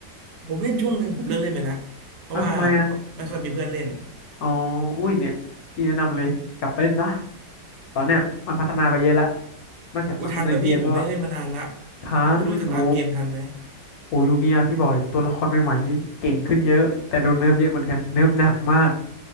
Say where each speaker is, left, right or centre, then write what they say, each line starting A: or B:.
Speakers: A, on the right; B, on the left.
A: ผมเล่นช่วงหนึ่งผมเลิกเล่นไปละเพราะว่า
B: อ้าวทำไมอ่ะ
A: ไม่ค่อยมีเพื่อนเล่น
B: อ๋ออุ้ยเนี่ยพี่แนะนำเลยกลับไปเล่นซะตอนเนี้ยมันพัฒนาไปเยอะละนอกจากสังคมในเกมแล้วอะ
A: อุ้ยทันเหรอพี่ผมไม่ได้เล่นมานานละ
B: ทันโอ้
A: ไม่รู้จะตามเกมทันไหม
B: โอ้ยุคนี้อะพี่บอกเลยตัวละครใหม่ๆนี่เก่งขึ้นเยอะแต่โดนเนิร์ฟเยอะเหมือนกันเนิร์ฟหนักมาก